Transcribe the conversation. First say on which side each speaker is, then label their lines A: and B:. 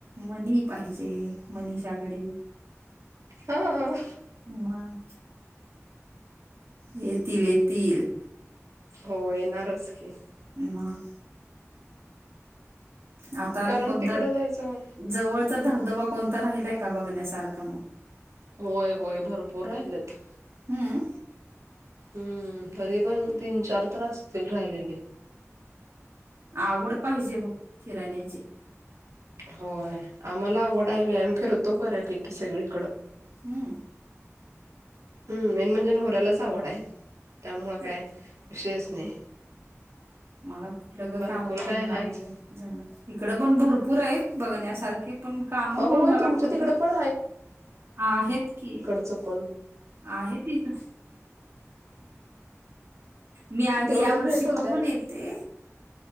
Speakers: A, on the right; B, on the right.
A: मनी पाहिजे मनीषाकडे
B: हो.
A: मग येतील येतील.
B: हो, येणारच की
A: मग आता आणि
B: कारण
A: कोणता
B: तिकडं जायचं.
A: जवळचा धबधबा कोणता राहिलाय का बघण्यासारखा मग
B: होय होय भरपूर राहिलेत.
A: हम्म
B: हम्म, तरी पण तीन चार तर असतील राहिलेले
A: आवड पाहिजे बघ फिरण्याची
B: होय, आम्हाला आवड हाय बाई आम्ही फिरतो बऱ्यापैकी सगळीकडं
A: हम्म
B: हम्म, मेन म्हणजे नवऱ्यालाच आवड आहे त्यामुळं
A: ते
B: काय विषयच नाही.
A: मला कुठलं ग
B: बायकोला
A: कामातून
B: काय
A: नाही
B: हायच.
A: जमत, इकडं पण भरपूर आहेत बघण्यासारखे पण कामामुळ
B: अगं होय
A: मला
B: तुमच्या
A: कुठं,
B: तिकडं पण
A: आहेत की
B: चुकून
A: आहेत इथं मी आधी
B: तेवढंच
A: ह्या वर्षी
B: भेट होत्या.
A: बघून येते.